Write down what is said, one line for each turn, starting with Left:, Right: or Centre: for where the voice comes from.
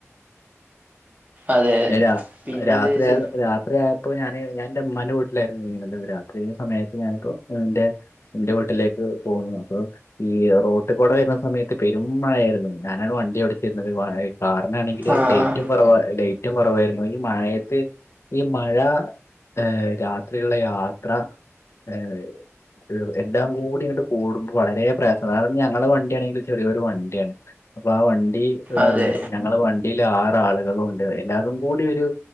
Right: അതെ
Left: രാ
Right: പിന്നെന്താ
Left: രാത്രിയ
Right: വെച്ചാൽ
Left: രാ രാത്രി ആയപ്പോ ഞാന് ഞാൻ ന്റെ ഇമ്മാന്റെ വീട്ടിലായിരുന്നു നിന്നീന്നത് രാത്രി സമയത്ത് ഞാനിപ്പോ ന്റെ ഇന്റെ വീട്ടിലേക്ക് പോന്നു അപ്പൊ ഈ റോട്ട് കൂടെ വരുന്ന സമയത്ത് പെരും മഴയായിരുന്നു ഞാനാണ് വണ്ടി ഓടിച്ചിരുന്നത് വ കാറിനാണാണെങ്കില്
Right: ആ
Left: ലൈറ്റും
Right: ആ
Left: കുറവ ലൈറ്റും കുറവായിരുന്നു ഈ മഴയത്ത് ഈ മഴ ഏഹ് രാത്രിയുള്ള യാത്ര ഏഹ് എല്ലാം കൂടി ഇങ്ങോട്ട് കൂടുമ്പൊ വളരെ പ്രയാസം കാരണം ഞങ്ങളുടെ വണ്ടി ആണെങ്കിൽ ചെറിയൊരു വണ്ടിയാണ് അപ്പൊ ആ വണ്ടി ഏഹ്
Right: അതെ
Left: ഞങ്ങള് വണ്ടില് ആറ് ആളുകളുണ്ട് എല്ലാതും കൂടി ഒരു